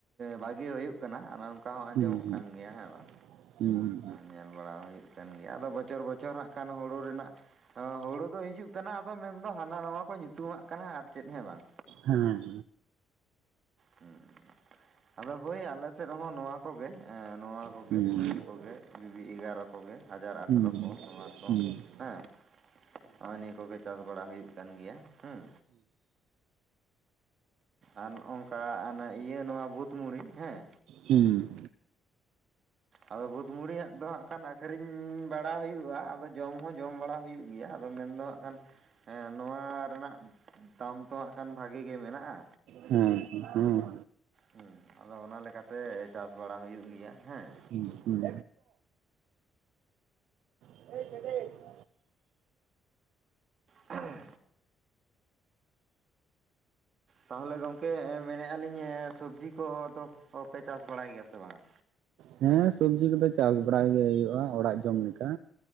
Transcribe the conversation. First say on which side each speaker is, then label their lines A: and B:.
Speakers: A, on the right (about 55°); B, on the right (about 85°).
A: ᱵᱷᱟᱹᱜᱮ ᱦᱩᱭᱩᱜ ᱠᱟᱱᱟ ᱟᱨ ᱚᱱᱠᱟ ᱦᱚᱸ ᱟᱸᱡᱚᱢᱚᱜ
B: ᱦᱩᱸ
A: ᱠᱟᱱ ᱜᱮᱭᱟ ᱦᱮᱸ ᱵᱟᱝ
B: ᱦᱩᱸ ᱦᱮᱸ ᱦᱩᱸ ᱦᱩᱸ
A: ᱧᱮᱞ ᱵᱟᱲᱟ ᱦᱩᱭᱩᱜ ᱠᱟᱱ ᱜᱮᱭᱟ ᱟᱫᱚ ᱵᱚᱪᱷᱚᱨ ᱵᱚᱪᱷᱚᱨ ᱦᱟᱸᱜ ᱠᱷᱟᱱ ᱦᱩᱲᱩ ᱨᱮᱱᱟᱜᱼᱼᱼ ᱦᱩᱲᱩ ᱫᱚ ᱦᱤᱡᱩᱜ ᱠᱟᱱᱟ ᱟᱫᱚ ᱢᱮᱱᱫᱚ ᱦᱟᱱᱟ ᱱᱟᱣᱟ ᱠᱚ ᱧᱩᱛᱩᱢᱟᱜ ᱠᱟᱱᱟ ᱟᱨ ᱪᱮᱫ ᱦᱮᱸ ᱵᱟᱝ᱾
B: ᱦᱮᱸ
A: ᱦᱩᱸ ᱟᱫᱚ ᱦᱳᱭ ᱟᱞᱮ ᱥᱮᱫ ᱦᱚᱸ ᱱᱚᱣᱟ ᱠᱚ ᱜᱮ᱾ ᱱᱚᱣᱟ ᱠᱚᱜᱮ
B: ᱦᱩᱸ
A: ᱵᱩᱞᱮᱴ ᱠᱚᱜᱮ ᱵᱤᱵᱤ ᱮᱜᱟᱨᱚ ᱠᱚᱜᱮ ᱦᱟᱡᱟᱨ ᱟᱴᱷᱟᱨᱚ
B: ᱦᱩᱸ
A: ᱠᱚ ᱱᱚᱣᱟ ᱠᱚ᱾ ᱦᱮᱸ ᱱᱚᱜᱼᱚᱭ ᱱᱤᱭᱟᱹ ᱠᱚᱜᱮ ᱪᱟᱥ ᱵᱟᱲᱟ ᱦᱩᱭᱩᱜ ᱠᱟᱱ ᱜᱮᱭᱟ ᱦᱩᱸ᱾ ᱟᱨ ᱱᱚᱝᱠᱟ ᱤᱭᱟᱹ ᱱᱚᱣᱟ ᱵᱷᱩᱛ ᱢᱩᱲᱤ ᱦᱮᱸ᱾
B: ᱦᱩᱸ
A: ᱟᱫᱚ ᱵᱩᱫᱽ ᱢᱩᱲᱤᱭᱟᱜ ᱫᱚ ᱦᱟᱜᱸ ᱠᱷᱟᱱ ᱟᱹᱠᱷᱨᱤᱧ ᱵᱟᱲᱟ ᱦᱩᱭᱩᱜ-ᱟ᱾ ᱟᱫᱚ ᱡᱚᱢ ᱦᱚᱸ ᱡᱚᱢ ᱵᱟᱲᱟ ᱦᱩᱭᱩᱜ ᱜᱮᱭᱟ ᱟᱫᱚ ᱢᱮᱱᱫᱚ ᱦᱟᱜ ᱠᱷᱟᱱ ᱦᱮᱸ ᱱᱚᱣᱟ ᱨᱮᱱᱟᱜ ᱫᱟᱢ ᱛᱚ ᱦᱟᱜᱸ ᱠᱷᱟᱱ ᱵᱷᱟᱜᱮ ᱜᱮ ᱢᱮᱱᱟᱜ-ᱟ᱾
B: ᱦᱮᱸ ᱦᱩᱸ
A: ᱦᱩᱸ ᱟᱫᱚ ᱚᱱᱟ ᱞᱮᱠᱟᱛᱮ ᱪᱟᱥ ᱵᱟᱲᱟ ᱦᱩᱭᱩᱜ ᱜᱮᱭᱟ ᱦᱮᱸ᱾
B: ᱦᱩᱸ ᱦᱩᱸ <inaudible>
A: ᱦᱳᱭ ᱛᱟᱦᱚᱞᱮ ᱜᱚᱝᱠᱮ ᱢᱮᱱᱮᱫ ᱟᱹᱞᱤᱧ ᱥᱚᱵᱽᱡᱤ ᱠᱚᱫᱚ ᱯᱮ ᱪᱟᱥ ᱵᱟᱲᱟᱭ ᱜᱮᱭᱟ ᱥᱮ ᱵᱟᱝᱟ?
B: ᱦᱮᱸ ᱥᱚᱵᱽᱡᱤ ᱠᱚᱫᱚ ᱪᱟᱥ ᱵᱟᱲᱟᱭ ᱜᱮ ᱦᱩᱭᱩᱜ-ᱟ ᱚᱲᱟᱜ ᱡᱚᱢ ᱞᱮᱠᱟ᱾